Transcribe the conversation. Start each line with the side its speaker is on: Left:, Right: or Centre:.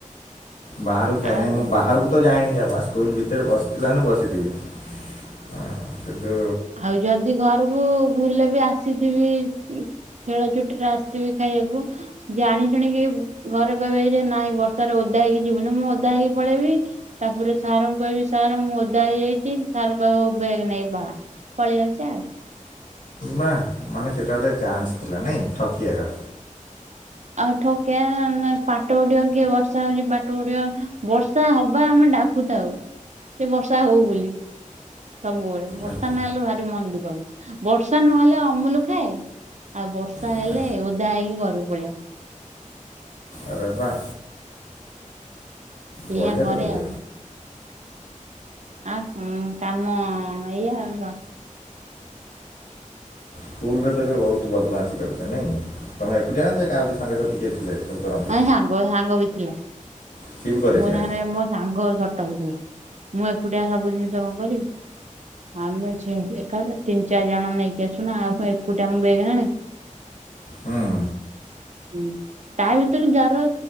Left: ବାହାରକୁ ଖାଏ
Right: ଆଉ
Left: ନାହିଁ ମୁଁ ବାହାରକୁ ତ ଯାଏନି ଜମା ସ୍କୁଲ୍ ଭିତେରେ ବସିଥିଲା ମାନେ ବସିଥିବି ହଁ କିନ୍ତୁ
Right: ଆଉ ଯଦି ଘରକୁ ଭୁଲରେବି ଆସିଥିବି ଉଁ ଖେଳ ଛୁଟିରେ ଆସିଥିବି ଖାଇବାକୁ ଜାଣି ଶୁଣିକି ଘରେ କହିବେ ହେଇରେ ନାଇଁ ବର୍ଷାରେ ଓଦା ହେଇକି ଯିବୁନି ମୁଁ ଓଦା ହେଇକି ପଳେଇବି ତାପରେ ସାରଙ୍କୁ କହିବି ସାର୍ ମୁଁ ଓଦା ହେଇଯାଇଛି ସାର୍ କହିବେ ହୋଉ ବେଗ୍ ନେଇକି ପଳା। ପଳେଇ ଆସେ ଆଉ।
Left: ବାଃ ମାନେ ସେଇଟା ଗୋଟେ ଚାନ୍ସ ଥିଲା ନାଇଁ ଠକିବାର?
Right: ଆଉ ଠକିବା ପାଠ ପଢ଼ିବାକୁ କିଏ ବର୍ଷା ହୋଉଛି ପାଠ ପଢ଼ିବ ବର୍ଷା ହବା ଆମେ ଡାକ୍ ଡାକୁଥାଉ କି ବର୍ଷା ହୋଉ ବୋଲି। ସବୁବେଳେ ବର୍ଷା
Left: ଆଚ୍ଛା
Right: ନହେଲେ ଭାରି ମନଦୁଃଖ ହବ। ବର୍ଷା ନହେଲେ ଅମୁଲୁ ଖାଏ ଆଉ ବର୍ଷା
Left: ଆଚ୍ଛା
Right: ହେଲେ ଓଦା ହେଇକି ଘରକୁ ପଳେଇ ଆସେ।
Left: ଆରେ ବାଃ। ବଢ଼ିଆ
Right: ଏଇଆ କରେ
Left: ତ ଦେବେ
Right: ଆଉ। ଆଁ ହୁଁ କାମ ଏଇଆ ଆଉ କଣ?
Left: ସ୍କୁଲରେ ତେବେ ବହୁତ୍ ବଦମାସି କରିଛ ନାଇଁ ତମେ ଏକୁଟିଆନା କାଳେ ଆଉ କିଏ ସାଙ୍ଗ ସାଥୀ କିଏ ଥିଲେ? ସବୁ କରନ୍ତି
Right: ନାଇଁ ସାଙ୍ଗ ସାଙ୍ଗବି ଥିଲା।
Left: ସିଏ ବି କରେ
Right: ମୋ
Left: ସେଇଆ।
Right: ସାଙ୍ଗେରେ ମୋ ସାଙ୍ଗ ସଟଲ୍ ଥିଲା ମୁଁ ଏକୁଟିଆ ସବୁ ଜିନିଷ କଣ କରିବି। ଆମେ ସେମିତି ଏକାବେଳେ ତିନ୍ ଚାରି ଜଣ ନେଇକି ଆସୁନା ଆଉ କଣ ଏକୁଟିଆ ମୁଁ ବେକେ ଆଣେ।
Left: ହଁ।
Right: ହୁଁ ତାଭିତରେ ଯାହାର